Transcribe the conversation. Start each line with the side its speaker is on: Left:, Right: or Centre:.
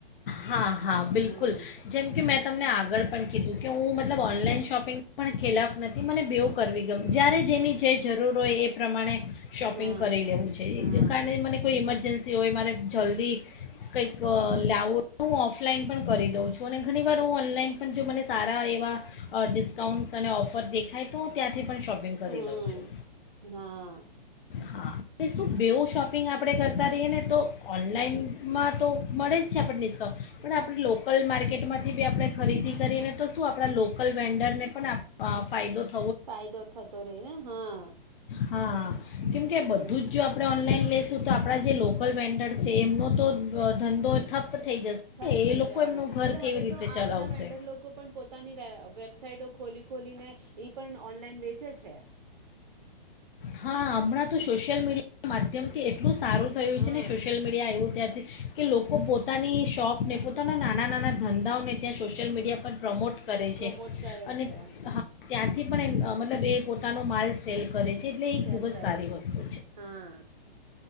Left: હા હા બિલકુલ
Right: હા
Left: જેમ કે મેં તમને આગળ પણ. કીધું કે હું મતલબ ઓનલાઈન શોપિંગ પણ ખેલાફ નથી મને બવું કરવી ગમ જ્યારે જેની જે જરૂર હોય એ પ્રમાણે. શોપિંગ
Right: હા
Left: કરી લેવું છે
Right: હા
Left: કાર મને કોઈ એજન્સી હોય મારે જલ્દી કંઈક. લાવું હું ઓફલાઈન પણ કરી દઉં છું, અને ઘણીવાર હું ઓનલાઈન પણ જો મને સારા એવા ડિસ્કાઉન્ટ્સ અને ઓફર દેખાય તો ત્યાંથી પણ શોપિંગ કરી
Right: હમ
Left: લઉં છું.
Right: હા
Left: હા અને શું બેવ શોપિંગ આપણે કરતા રહીએ ને તો ઓનલાઈનમાં તો મળે જ. છે, આપણ ડિસ્કાઉન્ટ પણ આપણે લોકલ માર્કેટમાંથી બી આપણે ખરીદી કરીને તો શું આપણા લોકલ વેન્ડરને પણ ફાયદો થ
Right: ફાયદો થતો રહેે ને હા.
Left: હા. કેમ કે
Right: હમ
Left: બધું જ જો આપડે ઓનલાઈન લે શું તો આપણા જે લોકલ વેન્ડર છે એમનો તો ધંધો. ઠપ. થઈ જશે
Right: થપ
Left: એ
Right: થઈ
Left: લોકો
Right: જવાનો
Left: એમનું ઘર કેવી
Right: હવે
Left: રીતે
Right: તો આ
Left: ચલાવશે
Right: બધા વેન્ડર લોકો પણ પોતાની વેબસાઈટ ખોલી ખોલીને. એ પણ ઓનલાઈન વેચે છે.
Left: હા હમણાં તો સોશિયલ મીડિયા ના માધ્યમથી એટલું. સારું થયું
Right: હા
Left: છે ને સોશિયલ મીડિયા એવું ત્યાં. કે લોકો પોતાની શોપને, પોતાના નાના નાના ધંધાઓને ત્યાં સોશિયલ મીડિયા પર. પ્રમોટ કરે
Right: પ્રમોટ
Left: છે,
Right: કરે
Left: અને
Right: છે
Left: હા ત્યાંથી પણ એમ મતલબ એ પોતાનો માલ સેલ કરે. છે એટલે એ
Right: સેલ
Left: ખૂબ જ
Right: કરે
Left: સારી
Right: છે,
Left: વસ્તુ
Right: હા